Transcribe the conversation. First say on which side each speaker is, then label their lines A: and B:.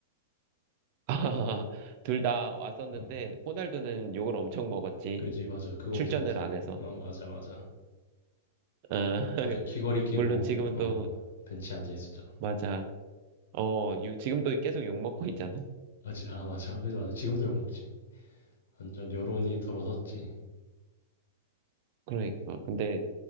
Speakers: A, on the right; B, on the left.
A: <laughs> 둘 다 왔었는데,
B: 어,
A: 호날두는 욕을 엄청 먹었지.
B: 그지 맞아 그건
A: 출전을
B: 기억해
A: 안 해서.
B: 어 맞아 맞아
A: 어, <laughs>
B: 혼자 귀걸이 끼고
A: 물론 지금도,
B: 어 벤치에 앉아 있었잖아
A: 맞아. 어, 유- 지금도 계속 욕 먹고
B: 음.
A: 있잖아.
B: 아, 지, 아 맞아 그지 맞아 지금도 욕먹지 완전 여론이 들어섰지
A: 그러니까. 근데